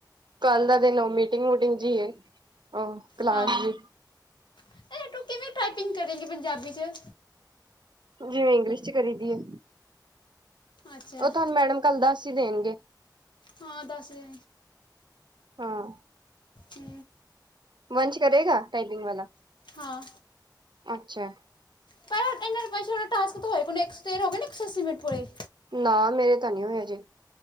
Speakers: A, on the right; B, on the left.
A: ਕੱਲ ਦਾ ਦਿਨ ਮੀਟਿੰਗ ਵੂਟਿੰਗ ਜੀ ਐ। ਉਹ ਕਲਾਸ
B: ਹਾਂ
A: ਜ
B: ਇਹ ਕਿਵੇਂ ਟਾਈਪਿੰਗ ਕਰੇਗੀ ਪੰਜਾਬੀ ਚ
A: ਜਿਵੇ ਇੰਗਲਿਸ਼ ਚ ਕਰੀ ਦੀ ਹੈ।
B: ਅੱਛਾ
A: ਉਹ ਤੁਹਾਨੂੰ ਮੈਡਮ ਕੱਲ ਦੱਸ ਹੀ ਦੇਣਗੇ।
B: ਹਾਂ ਦੱਸ ਦੇ
A: ਹਾਂ।
B: ਹੂ
A: ਵੰਸ਼ ਕਰੇਗਾ ਟਾਈਪਿੰਗ ਵਾਲਾ।
B: ਹਾਂ
A: ਅੱਛਾ
B: ਪਰ ਇਨੇ ਵੰਸ਼ ਟਾਸਕ ਹੋਏ ਨੀ, ਸੌ ਤੇਰ ਹੋਏ ਇੱਕ ਸੌ ਅੱਸੀ ਮਿੰਟ ਕੋਲੇ
A: ਨਾ ਮੇਰੇ ਤਾਂ ਨਹੀਂ ਹੋਇਆ ਜੇ